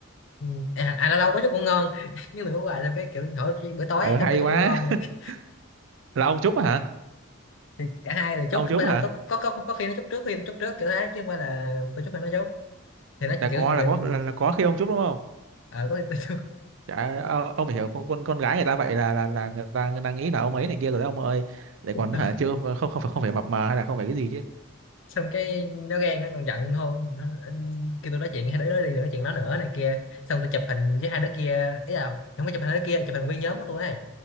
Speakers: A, on the left; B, on the right.
A: ừ. à, à lâu lâu có chút ngủ ngon <laughs> nhưng mà hỏi bà xong cái kiểu hỏi bữa tối
B: ờ
A: ấy,
B: hay
A: xong có chút
B: quá
A: ngủ ngon này
B: <laughs>
A: <laughs>
B: là ông Trúc hả
A: thì cả hai đều
B: ông
A: chốt không
B: Trúc
A: phải không
B: hả
A: có có, có, có khi nó chốt trước khi nó chốt trước kiểu thế chứ không phải là tôi chốt hay nó chốt thì nó
B: là
A: kiểu
B: có
A: như mình
B: là có là, là có khi ông Trúc đúng không
A: ờ có khi tôi
B: Chả, ờ, ông phải hiểu con con con gái người ta vậy là là là người ta người ta nghĩ là ông ấy này kia rồi đấy ông ơi lại
A: chốt
B: còn
A: <laughs>
B: hả chưa không không phải không phải mập mờ hay là không phải cái gì chứ
A: xong cái nó ghen nó còn giận hơn nó, kêu tôi nói chuyện hai đứa đó đi đừng nói chuyện nó nữa này kia xong tôi chụp hình với hai đứa kia ý là không có chụp hình hai đứa kia chụp hình nguyên nhóm của tôi ấy